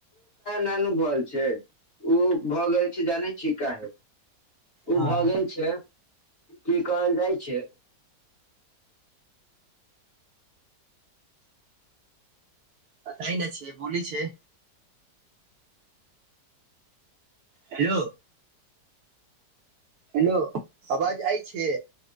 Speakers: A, on the left; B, on the right.
A: नानुभल छै ओ भऽ गेल छै जानै छि काहे ओ
B: हँ
A: भऽ गेल छै की कहल जाइ छै
B: क तइ न छै बोल छै हेलो हेलो अवाज आइ छै